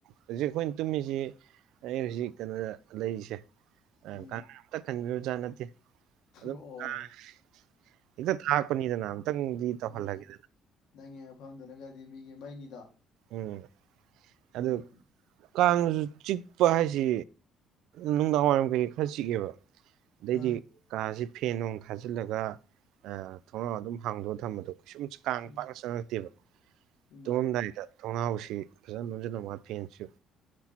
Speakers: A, on the right; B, on the left.
A: ꯍꯧꯖꯤꯛ ꯑꯩꯈꯣꯏꯅ ꯇꯨꯝꯃꯤꯁꯤ ꯑꯩ ꯍꯧꯖꯤꯛ ꯀꯩꯅꯣꯗ ꯂꯩꯔꯤꯁꯦ ꯑꯥ
B: ꯎꯝ
A: <unintelligible> ꯇꯥ ꯈꯟꯕꯤꯕ ꯖꯥꯠ ꯅꯠꯇꯦ ꯑꯗꯨꯝ
B: ꯑꯣ
A: <unintelligible> ꯊꯥꯔꯛꯄꯅꯤꯗꯅ ꯑꯝꯇꯪꯗꯤ ꯇꯧꯍꯜꯂꯒꯦ
B: ꯍꯣꯏꯅꯦ ꯅꯪꯒꯤ ꯃꯐꯝꯗꯨꯅꯒꯗꯤ ꯃꯤꯒꯤ ꯃꯩꯅꯤꯗꯣ
A: ꯎꯝ
B: ꯎꯝ
A: ꯑꯗꯨ ꯀꯥꯡꯖꯨ ꯆꯤꯛꯄ ꯍꯥꯏꯁꯤ ꯅꯨꯡꯗꯥꯡꯋꯥꯏꯔꯝ ꯀꯩꯀꯩ ꯈꯔ ꯆꯤꯛꯑꯦꯕ ꯑꯗꯩꯗꯤ
B: ꯑ
A: ꯀꯥꯥꯖꯤ ꯐꯦꯟ ꯅꯨꯡ ꯈꯥꯖꯤꯜꯂꯒ ꯑꯥ ꯊꯣꯡꯅꯥꯎ ꯑꯗꯨꯝ ꯍꯥꯡꯗꯣꯛꯒ ꯊꯝꯕꯗꯣ ꯀꯩꯁꯨꯝ ꯀꯥꯡ
B: ꯎꯝ
A: ꯄꯥꯛꯅ ꯆꯪꯉꯛꯇꯦꯕ
B: ꯏꯃꯥꯏ
A: ꯇꯨꯝꯃꯝꯗꯥꯏꯒꯤꯗ ꯊꯣꯡꯅꯥꯎꯁꯤ ꯐꯖꯟ ꯂꯣꯟꯖꯤꯜꯂꯝꯒ ꯐꯦꯟꯁꯨ